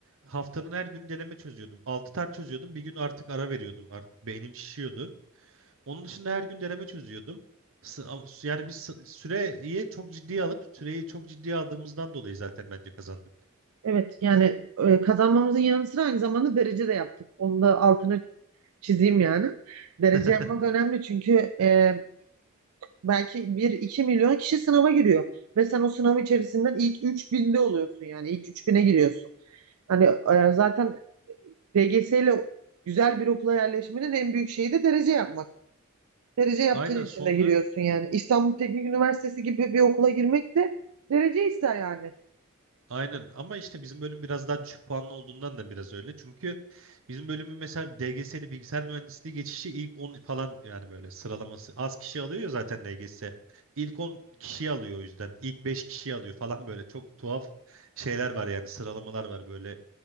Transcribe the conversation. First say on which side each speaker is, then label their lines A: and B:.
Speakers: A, on the right; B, on the right.
A: haftanın her günü deneme çözüyordum. altı tane çözüyordum. Bir gün artık ara veriyordum. Artık beynim şişiyordu. Onun dışında her gün deneme çözüyordum. Sı- ama s- Yani biz sı- süreyi çok ciddiye alıp süreyi çok ciddiye aldığımızdan dolayı zaten bence kazandık.
B: Evet yani e, kazanmamızın yanı sıra aynı zamanda derece de yaptık. Onu da altını çizeyim yani. Derece
A: <laughs>
B: yapmak önemli çünkü e, belki bir iki milyon kişi sınava giriyor. Ve sen o sınav içerisinden ilk üç binde oluyorsun yani. ilk üç bine giriyorsun. Hani e, zaten DGS ile güzel bir okula yerleşmenin en büyük şeyi de derece yapmak. Derece yaptığın
A: Aynen
B: için
A: sonra
B: de giriyorsun yani. İstanbul Teknik Üniversitesi gibi bir okula girmek de derece ister yani.
A: aynen ama işte bizim bölüm biraz daha düşük puanlı olduğundan da biraz öyle. Çünkü bizim bölümün mesela DGS'li bilgisayar mühendisliği geçişi ilk 10 falan yani böyle sıralaması az kişi alıyor ya zaten DGS. İlk 10 kişi alıyor o yüzden. İlk 5 kişi alıyor falan böyle çok tuhaf şeyler var yani sıralamalar var böyle